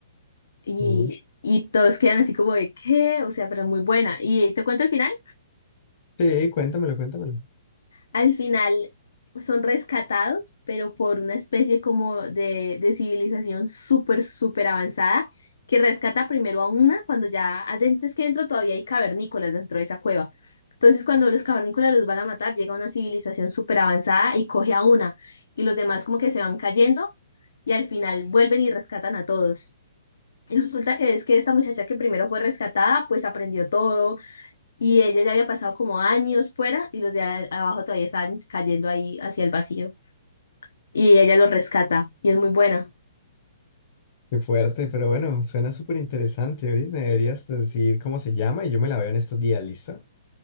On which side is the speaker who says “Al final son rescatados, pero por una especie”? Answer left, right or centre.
Left